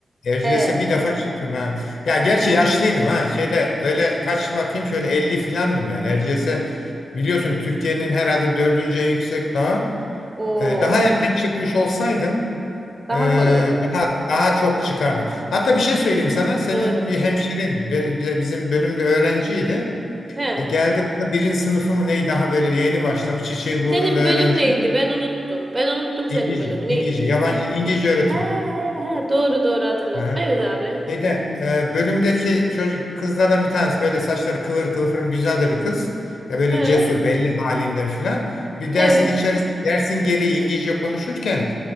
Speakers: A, on the left; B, on the right.
A: Erciyes'e
B: He.
A: bir defa çıktım ha. Ya gerçi yaşlıydım
B: Oo.
A: ha. Şeyde öyle kaç bakayım şöyle 50 filandım yani. Erciyes'e biliyorsun Türkiye'nin herhalde dördüncü en yüksek dağı.
B: Oo.
A: Ee, daha erken çıkmış olsaydım
B: Daha
A: e,
B: kolay olurdu.
A: daha daha çok çıkardım. Hatta bir şey söyleyeyim sana. Senin
B: Doğru.
A: bir hemşerin ve- bir de bizim bölümde öğrenciydi.
B: He.
A: E, geldi burada birinci sınıfı mı neyi daha böyle yeni başlamış. Çiçeği burnunda
B: Senin
A: öğrenci.
B: bölüm neydi? Ben unuttum. Ben unuttum
A: İngilizce.
B: senin bölümü neydi?
A: İngilizce. Yabancı İngilizce öğretimi.
B: He he he. Doğru doğru hatırladım.
A: Ha.
B: Evet abi.
A: Şeyde, e, bölümdeki çocuk kızlardan bir tanesi böyle saçları kıvır kıvır güzel de bir kız. Ya böyle
B: He.
A: cesur belli halinden filan. Bir
B: Evet.
A: dersin içerisinde dersin geri İngilizce konuşurken